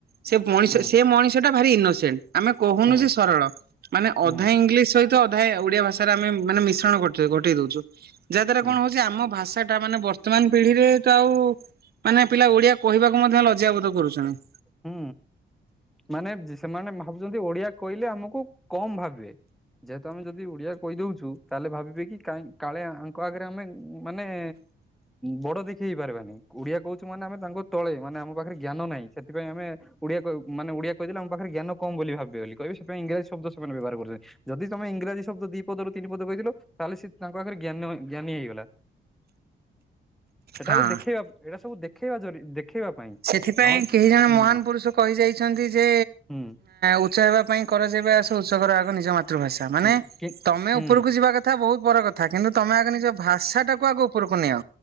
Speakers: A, on the right; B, in the centre.
A: ସେ ମଣିଷ
B: ହୁଁ
A: ସେ ମଣିଷଟା ଭାରି <unintelligible> ଆମେ କହୁନୁ
B: ହୁଁ
A: ଯେ ସରଳ। ମାନେ ଅଧା
B: ହୁଁ
A: ଇଂଲିଶି ସହିତ ଅଧା ଓଡିଆ ଭାଷାରେ ଆମେ ମାନେ ମିଶ୍ରଣ କରୁଚେ ଘଟେଇ ଦଉଚୁ। ଯାହା ଦ୍ୱାରା
B: ହୁଁ
A: କଣ ହଉଚି ଆମ ଭାଷାଟା ମାନେ <unintelligible> ବର୍ତ୍ତମାନ୍ ପିଢିରେ ତ ଆଉ ମାନେ ପିଲା ଓଡିଆ କହିବାକୁ ମଧ୍ୟ ଲଜ୍ୟା ବୋଧ କରୁଚନ୍ତି।
B: ହୁଁ ମାନେ <unintelligible> ସେମାନେ ଭାବୁଚନ୍ତି ଓଡିଆ କହିଲେ ଆମକୁ କମ୍ ଭାବିବେ। ଯେହେତୁ ଆମେ ଯଦି ଓଡିଆ କହିଦଉଚୁ ତାହେଲେ ଭାବିବେ କି କାହିଁ କାଳେ ଆଙ୍କ ଆଗରେ ଆମେ ମାନେ ବଡ ଦେଖି ହେଇ ପାରିବାନି ଓଡିଆ କହୁଚୁ ମାନେ ଆମେ ତାଙ୍କ ତଳେ ମାନେ ଆମ ପାଖରେ ଜ୍ଞାନ ନାହିଁ। ସେଥିପାଇଁ ଆମେ ଓଡିଆ <unintelligible> ମାନେ ଓଡ଼ିଆ କହିଦେଲେ ଆମ ପାଖରେ ଜ୍ଞାନ କମ୍ ବୋଲି ଭାବିବେ ବୋଲି କହିବେ ସେଥିପାଇଁ ଇଂରାଜୀ ଶବ୍ଦ ସେମାନେ ବ୍ୟବହାର <unintelligible> ଯଦି ତମେ ଇଂରାଜୀ ଶବ୍ଦ ଦି ପଦରୁ ତିନି ପଦ <unintelligible> ତାହେଲେ ସେ ତାଙ୍କ ଆଗରେ ଜ୍ଞାନ ଜ୍ଞାନୀ ହେଇଗଲା। ସେଟାକୁ
A: ହଁ
B: ଦେଖେଇବା ଏଇଟା ସବୁ ଦେଖେଇବା-ଦେଖେଇବା ପାଇଁ।
A: ସେଥିପାଇଁ
B: ନହେଲେ
A: କେହି ଜଣେ
B: ହୁଁ
A: ମହାନ୍ ପୁରୁଷ କହି ଯାଇଛନ୍ତି ଯେ
B: ହୁଁ
A: ଉଚ୍ଚା ହେବା ପାଇଁ କର ଯେବେ ଆଶା ଉଚ୍ଚ କର ଆଗ ନିଜ ମାତୃଭାଷା ମାନେ
B: ହୁଁ
A: ତମେ
B: ହୁଁ
A: ଉପରୁକୁ ଯିବା <unintelligible> ବହୁତ୍ ପର କଥା କିନ୍ତୁ ତୁମେ ଆଗ ନିଜ ଭାଷାଟାକୁ ଆଗ ଉପରୁକୁ ନିଅ।